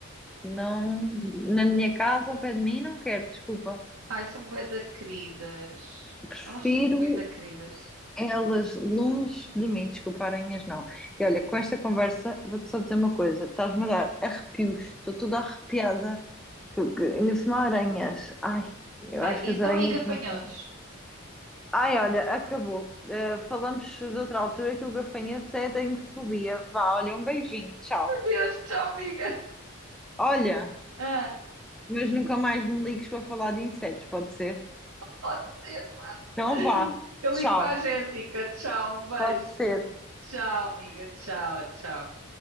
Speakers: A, in the centre; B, on the right.
A: Não, na minha casa, ao pé de mim, não quero, desculpa.
B: Ai, são bué da queridas.
A: Prefiro
B: Elas são muito queridas.
A: elas longe de mim, desculpa, aranhas não. E olha, com esta conversa, vou-te só dizer uma coisa: estás-me a dar arrepios, estou toda arrepiada. Que, que, ainda por cima, aranhas. Ai, eu
B: Ai,
A: acho
B: então
A: que as aranhas
B: e gafanhotos?
A: não são. Ai, olha, acabou. Eh, falamos de outra altura que o gafanhoto é, tenho fobia. Vá, olha, um beijinho, tchau.
B: Meu Deus, tchau, amiga.
A: Olha.
B: Ah,
A: mas nunca mais me ligues para falar de insetos, pode ser?
B: pode ser, pode.
A: Então vá,
B: Eu
A: tchau.
B: ligo para a Jéssica. Tchau, um beijo.
A: Pode ser.
B: Tchau, amiga. Tchau, tchau.